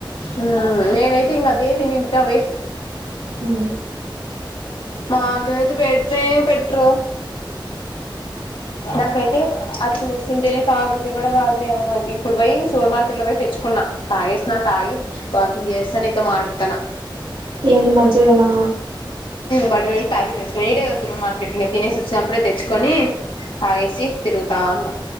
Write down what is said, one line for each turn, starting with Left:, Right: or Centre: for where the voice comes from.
Left: ఆ నేనైతే ఇంగ అదే తినింట వే
Right: హు
Left: మాకైతే పెట్నే పెట్రు అది చూస్తుంటేనే తాగుబుద్ది కూడ కాదు మనకి ఇప్పుడు పోయి సుపర్ మార్కెట్ లో పొయ్ తెచ్చుకున్నా తాగేసిన తాగి వాకింగ్ చేస్త నీతో మాట్లాడుతున్న
Right: ఏంది మజ్జిగనా
Left: బటర్ మిల్క్ ప్యాకిట్ తెచ్చుకొని ఇడే సూపర్ మార్కెట్ తినేసి వచ్చినప్పుడే తెచ్చుకొని తాగేసి తిరుగుతా ఉన్న